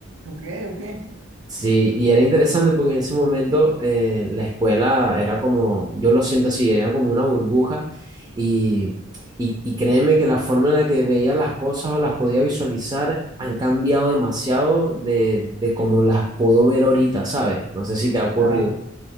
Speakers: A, on the right (about 75°); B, on the right (about 20°).
A: Ok, ok.
B: Sí, y era interesante porque en ese momento eh, la escuela era como, yo lo siento así, era como una burbuja y, y, y créeme que la forma en la que veía las cosas o las podía visualizar han cambiado demasiado de, de cómo las puedo ver ahorita, ¿sabes? No sé si te ha ocurrido.
A: Claro.